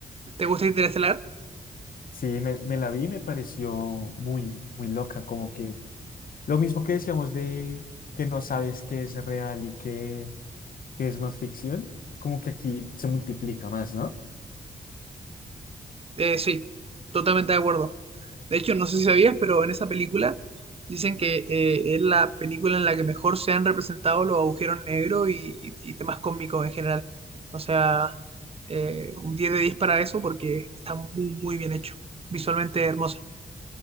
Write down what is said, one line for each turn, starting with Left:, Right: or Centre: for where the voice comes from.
Right: te gusta Interestelar?
Left: Sí, me, me la vi y me pareció muy, muy loca. Como que lo mismo que decíamos de que no sabes qué es real y qué, qué es más ficción, como que aquí se multiplica más, ¿no?
Right: Eh, sí, totalmente de acuerdo. De hecho, no sé si sabías, pero en esa película dicen que eh, es la película en la que mejor se han representado los agujeros negros y, y- y temas cósmicos en general. O sea, eh, un 10 de 10 para eso porque está muy, muy bien hecho. Visualmente hermosa.